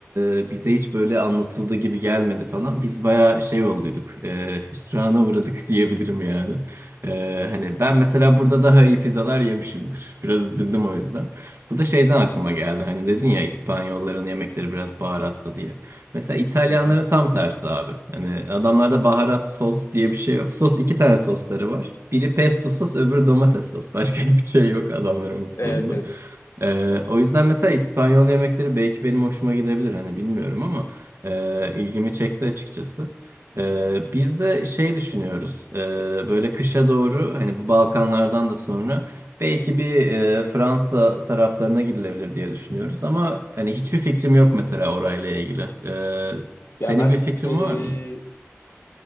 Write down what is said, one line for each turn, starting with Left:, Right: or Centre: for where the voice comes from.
Right: e, bize hiç böyle anlatıldığı gibi gelmedi falan. Biz bayağı şey olduyduk. E, hüsrana uğradık <laughs> diyebilirim yani. E, hani ben mesela burada daha iyi pizzalar yemişimdir. Biraz üzüldüm o yüzden. Bu da şeyden aklıma geldi. Hani dedin ya İspanyolların yemekleri biraz baharatlı diye. Mesela İtalyanların
Left: hı hı.
Right: tam tersi abi. Hani adamlarda baharat sos diye bir şey yok. Sos iki tane sosları var. Biri pesto sos, öbürü domates sos. <laughs> Başka hiçbir şey yok adamların mutfağında.
Left: Evet evet.
Right: Ee, o yüzden mesela İspanyol yemekleri belki benim hoşuma gidebilir. Hani bilmiyorum ama e, ilgimi çekti açıkçası. Ee, biz de şey düşünüyoruz. Ee, böyle kışa doğru hani bu Balkanlardan da sonra. Belki bir e, Fransa taraflarına gidilebilir diye düşünüyoruz ama hani hiçbir fikrim yok mesela orayla ilgili. E, senin
Left: Ya ben
Right: bir fikrin
Left: ee,
Right: var mı?